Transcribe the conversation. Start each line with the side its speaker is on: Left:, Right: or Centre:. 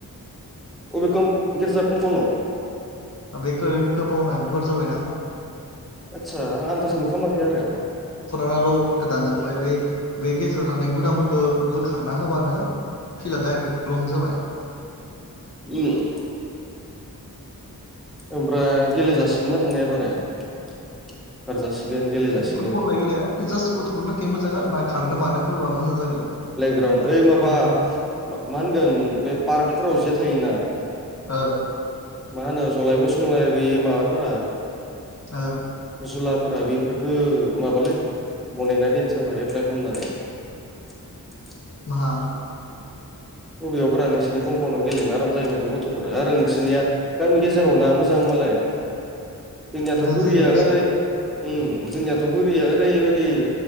Centre: अ बे कम गेरजा कम्पनाव
Left: बेखो-बेखो बावना गुवार जाबायना।
Centre: आदसा आं आन्दाजखोनो खालामाखै आरो।
Left: फुराना रङफोरखौ दानजोब्बाय बे-बे गेजेराव थानाय गुदामफोरखौ बोखारना होबानो फिल्ड डाइरेक लं जाबाय।
Centre: <unintelligible> ओमफ्राय गेले जासिगोन आरो ने एबारो बोखारजासिगोन गेलेजासिगोन।
Left: फुटबललाय गेलेया जास्ट गथ'फोरनि थाखाय मोजां आरो ना खारनो मानोफोरबा मोजां जागोन।
Centre: प्ले ग्रावण्ड
Left: प्रेक्टिस
Centre: ओइ माबा
Left: खालामनो फोरबा
Centre: मा होनगोन बे पार्कफोराव जे थायोना।
Left: ओ।
Centre: मा होनो जलाय गसंलाय बे माबाफोरा
Left: ओ।
Centre: जुलाफोरा बेफोरखो माबालै बनायना दोन सारला एप्लाइ खालामनानै। <inaudible>
Left: मा।
Centre: बबेयावबोरा नोंसोरनि कमप'ण्डआव गेलेनो आराम जायो माथो गथ'फोरा आरो नोंसोरनिया गामि गेजेरावना मोजां मालाय जोंनियाथ'
Left: मोजां
Centre: बोरिया
Left: जायो दसे
Centre: ओरै ओम जोंनियाथ' बोरिया ओरैबायदि